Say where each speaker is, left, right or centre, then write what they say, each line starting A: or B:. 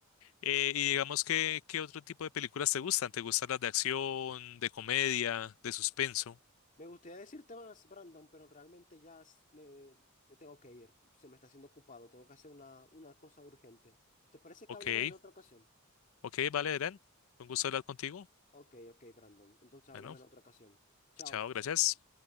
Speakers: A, on the left; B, on the left.
A: Eh, y digamos que, ¿qué otro tipo de películas te gustan? ¿Te gustan las de acción, de comedia, de suspenso?
B: Me gustaría decirte más, Brandon, pero realmente ya s- me, me tengo que ir. Se me está haciendo ocupado. Tengo que hacer una, una cosa urgente. ¿Te parece
A: Ok,
B: que hablemos en otra ocasión?
A: ok, vale, Eren, un gusto hablar contigo.
B: Ok, ok, Brandon. Entonces hablamos
A: Bueno,
B: en otra ocasión. Chao.
A: chao, gracias.